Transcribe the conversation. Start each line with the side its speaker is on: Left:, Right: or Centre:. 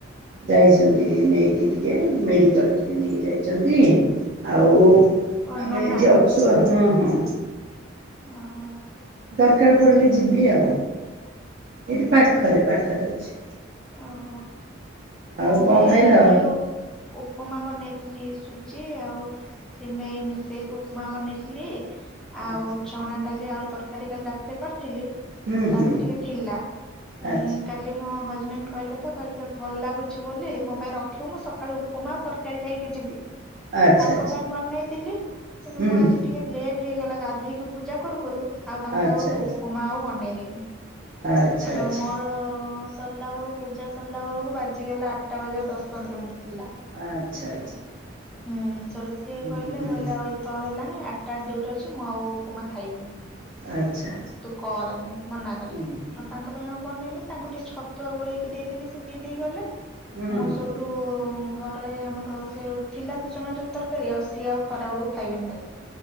Right: ଯାଇଛନ୍ତି ନେଇକି ଟିକେ ମେଡିକାଲ ଟିକେ ନେଇକି ଯାଇଛନ୍ତି ଆଉ।
Centre: ଓ
Right: ଆମେ
Centre: ନନା
Right: ଏଇଠି ଅଛୁ ହଁ ହଁ।
Centre: ଓ ହୋ।
Right: ଦରକାର ପଡ଼ିଲେ ଯିବି ଆଉ, ଏଇଠି ପାଖରେ ପାଖରେ ଅଛି।
Centre: ଓ ହୋ
Right: ଆଉ
Centre: ମୁଁ
Right: କଣ
Centre: ବି ଏଇ
Right: ଖାଇଲ?
Centre: ଏବେ ଉପମା ବନେଇ ଥିଲି ସୁଜି ଆଉ ସିମେଇ ମିଶେଇକି ଉପମା ବନେଇଥିଲି। ଆଉ
Right: ଆଚ୍ଛା
Centre: ଚଣା ଡାଲି ଆଳୁ ତରକାରୀ କାଲି ରାତିରେ କରି ଥିଲି
Right: ହୁଁ
Centre: ତା
Right: ହୁଁ
Centre: ଦେହେରେ ଟିକେ ଥିଲା ଉଁ
Right: ଆଚ୍ଛା
Centre: କାଲି ମୋ ହ ମ୍ୟାମ କହିଲେ ତ କହିଲେ ଭଲ ଲାଗୁଛି ବୋଲି ମୋ ପାଇଁ ରଖିବୁ, ମୁଁ ସକାଳୁ ଉପମା ଆଉ ତରକାରୀ ଖାଇକି ଯିବି।
Right: ଆଚ୍ଛା ଆଚ୍ଛା
Centre: ତାଙ୍କ ପାଇଁ ବନେଇଥିଲି କିନ୍ତୁ
Right: ହୁଁ
Centre: ମୁଁ ଆଜି ଟିକେ ଲେଟ୍ ହେଇଗଲା। ଗାଧେଇକି ପୂଜା କରୁ କରୁ ଆଉ ତାଙ୍କୁ
Right: ଆଚ୍ଛା
Centre: ଆଉ ଉପମା ଆଉ ବନେଇ ଦେଇନି।
Right: ଆଚ୍ଛା
Centre: ଏବେ
Right: ଆଚ୍ଛା
Centre: ମୋର ସରିଲା ବେଳକୁ ପୂଜା ସରିଲା ବେଳକୁ ବାଜିଗଲା ଆଠଟା ବାଜିଆକୁ ଦଶ ପନ୍ଦର ମିନିଟ୍। ଥିଲା
Right: ଆଚ୍ଛା ଆଚ୍ଛା।
Centre: ହୁଁ ସୋଉଟୁ ସେ
Right: ହୁଁ
Centre: କହିଲେ
Right: ହୁଁ
Centre: କହିଲେ ଆଉ ଏତେବେଳେ ହେଲାଣି ଆଠଟାରେ ଡିୟୁଟି ଅଛି ମୁଁ ଆଉ ଉପମା ଖାଇବିନି।
Right: ଆଚ୍ଛା ଆଚ୍ଛା
Centre: ତୁ କରନି ମନା କଲେ
Right: ହୁଁ ହୁଁ
Centre: ହଁ ତାଙ୍କ ପାଇଁ ହଉ ବନେଇଲିନି ତାଙ୍କୁ ଟିକେ ଛତ ତୁଆ ଗୋଳେଇକି ଦେଇଦେଲି ସେ ପିଇ ଦେଇ ଗଲେ
Right: ହଁ
Centre: ମୁଁ
Right: ହଁ
Centre: ସୋଉଟୁ ଘରେ ଆମର ସେ ଥିଲା ତ ଚଣାଡ଼ାଲି ତରକାରୀ ଆଉ ସିଏ ଆଉ ଖରା ବେଳକୁ ଖାଇବେନି ତାକୁ।